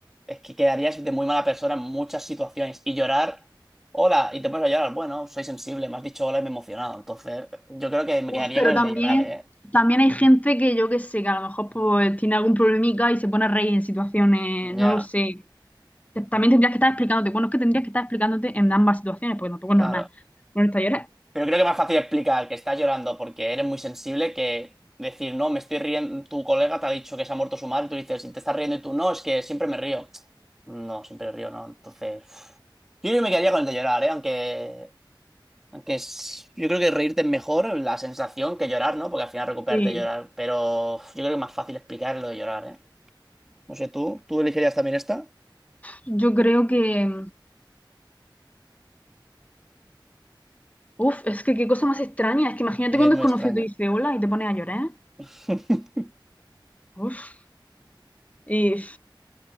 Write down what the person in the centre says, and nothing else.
es que quedarías de muy mala persona en muchas situaciones. Y llorar, hola, y te pones a llorar. Bueno, soy sensible, me has dicho hola y me he emocionado. Entonces, yo creo que me
quedaría
con
el de llorar, ¿eh?
Ya,
claro.
Pero creo que es más fácil explicar que estás llorando porque eres muy sensible que decir, no, me estoy riendo, tu colega te ha dicho que se ha muerto su madre, y tú dices, y te estás riendo y tú, no, es que siempre me río. No, siempre río, no. Entonces, uf. yo creo que me quedaría con el de llorar, ¿eh? Aunque Aunque es- yo creo que reírte es mejor la sensación que llorar, ¿no? Porque al final recuperarte
de llorar. Pero uf, yo creo que es más fácil explicar lo de llorar, ¿eh? No sé, tú, tú elegirías también esta
y
es
muy extraño.
<laughs>